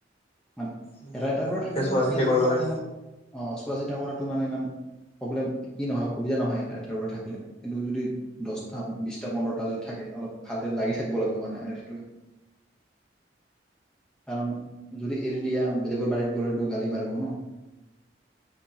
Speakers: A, in the centre; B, on the left.
A: মানে
B: উম, উম,
A: এটা দুটা,
B: ভালকে
A: থাকিলে
B: চোৱা
A: মানে
B: চিতি
A: ইয়াত
B: কৰিব লাগে
A: মানে ইমান অ চোৱা চিতা কৰা। মানে ইমান প্ৰব্লেম কি নহয় অসুবিধা নহয় এটা এটা কৰি থাকিলে কিন্তু যদি দচটা বিশটা পোন্ধৰ য। থাকে অলপ ভালকে লাগি থাকিব লাগিব মানে, সেইটোৱে কাৰণ যদি এৰি দিয়া বেলেগৰ বাৰীত গলেতো গালি পাৰিব ন।